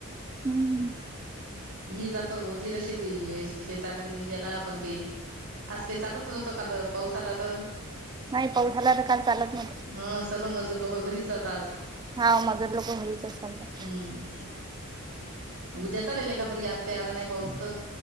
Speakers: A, on the right (about 20°); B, on the right (about 65°).
A: हम्म.
B: मी जातोतीि तर शेती शेतामध्ये निंद्याला पण ते आज काही चालत नव्हतं काल पाऊस आला तर
A: नाही पाऊस आला तर काल चालत नव्हतं
B: हा सर्व मजूर लोक घरीच आात आज
A: हाव मजूर लोक घरीच असतात
B: हम्म. उद्या चाललेल आहे का परी आज काही याला नाही पाहोचत.